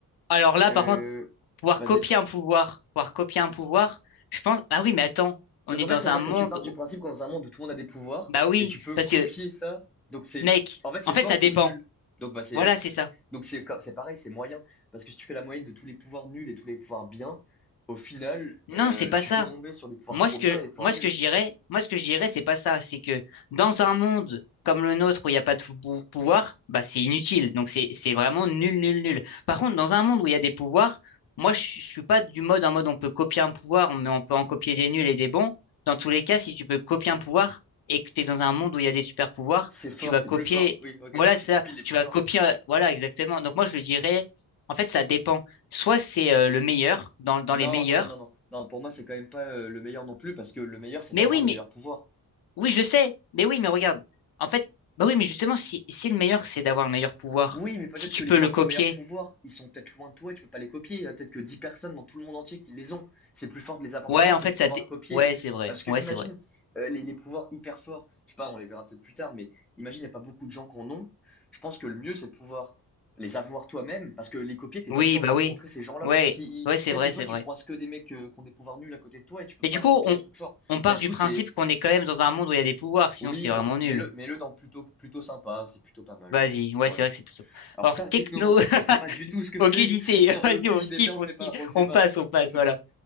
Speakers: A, on the left; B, in the centre.
A: Alors là,
B: Heu,
A: par contre, pouvoir
B: vas-y.
A: copier un pouvoir, pouvoir copier un pouvoir, je pense, ah oui, mais attends, on
B: Donc
A: est
B: en
A: dans
B: fait, ça veut
A: un
B: dire
A: monde
B: que tu pars du
A: où-
B: principe qu'on est dans un monde où tout le monde a des pouvoirs
A: Bah oui,
B: et tu peux
A: parce
B: copier
A: que
B: ça. Donc c'est
A: Mec,
B: en fait c'est
A: en fait,
B: fort
A: ça dépend.
B: ou nul. Donc bah c'est
A: Voilà,
B: c'est-
A: c'est ça.
B: donc c'est comme- c'est pareil, c'est moyen parce que si tu fais la moyenne de tous les pouvoirs nuls et tous les pouvoirs bien, au final, euh,
A: Non, c'est pas
B: tu
A: ça.
B: peux tomber sur des pouvoirs
A: Moi,
B: trop
A: ce que,
B: bien et des pouvoirs
A: moi,
B: nuls.
A: ce que je dirais, moi, ce que je dirais, c'est pas ça. C'est que dans un monde comme le nôtre où il n'y a pas de pou- pouvoir, bah, c'est inutile. Donc, c'est, c'est vraiment nul, nul, nul. Par contre, dans un monde où il y a des pouvoirs, moi, je, je suis pas du mode en mode on peut copier un pouvoir, mais on peut en copier des nuls et des bons. Dans tous les cas, si tu peux copier un pouvoir et que tu es dans un monde où il y a des super pouvoirs,
B: C'est fort,
A: tu vas
B: c'est
A: copier,
B: plus fort. Oui, ok,
A: voilà,
B: tu
A: ça,
B: copies les plus
A: tu vas
B: forts.
A: copier, euh, voilà, exactement. Donc, moi, je le dirais, en fait, ça dépend. Soit c'est euh, le meilleur, dans, dans
B: Non,
A: les meilleurs.
B: non, non, non, non. Non, pour moi, c'est quand même pas euh, le meilleur non plus parce que le meilleur c'est
A: Mais
B: d'avoir
A: oui,
B: le
A: mais
B: meilleur pouvoir.
A: Oui, je sais, mais oui, mais regarde. En fait, bah oui, mais justement, si, si le meilleur, c'est d'avoir le meilleur pouvoir,
B: Oui, mais peut-être
A: si tu
B: que les
A: peux
B: gens
A: le copier,
B: qui ont le meilleur pouvoir, ils sont peut-être loin de toi et tu peux pas les copier. Il y a peut-être que 10 personnes dans tout le monde entier qui les ont. C'est plus fort de les avoir
A: ouais,
B: toi
A: en
B: que
A: fait,
B: de pouvoir
A: ça dé-
B: copier.
A: Ouais, c'est vrai,
B: Parce que
A: ouais,
B: imagine
A: c'est vrai.
B: euh, les, les pouvoirs hyper forts, je sais pas, on les verra peut-être plus tard, mais imagine il n'y a pas beaucoup de gens qui en ont. Je pense que le mieux c'est de pouvoir les avoir toi-même, parce que les copier, t'es
A: Oui,
B: pas sûr
A: bah
B: de rencontrer
A: oui,
B: ces gens-là.
A: ouais,
B: Si ils-
A: ouais, c'est
B: peut-être
A: vrai,
B: que toi
A: c'est
B: tu
A: vrai.
B: croises que des mecs euh, qui ont des pouvoirs nuls à côté de toi et tu peux
A: Mais
B: pas
A: du coup,
B: copier
A: on,
B: les trucs forts.
A: on part
B: Bah du
A: du
B: coup
A: principe
B: c'est
A: qu'on est quand même dans un monde où il y a des pouvoirs, sinon
B: oui,
A: c'est vraiment
B: donc
A: nul.
B: mets-le mets-le dans plutôt plutôt sympa, c'est plutôt pas mal.
A: Vas-y, ouais,
B: Voilà.
A: c'est vrai que c'est plus simple.
B: Alors
A: Or,
B: ça,
A: techno,
B: technomancie,
A: <laughs>
B: je sais pas du tout ce que
A: aucune
B: c'est.
A: idée.
B: <laughs> Tiens,
A: <laughs> Vas-y,
B: euh, Aucune
A: on
B: idée.
A: skip,
B: Viens, on le
A: on
B: fait
A: skip,
B: pas. On le fait
A: on
B: pas.
A: passe, on passe,
B: On le fait
A: voilà.
B: pas.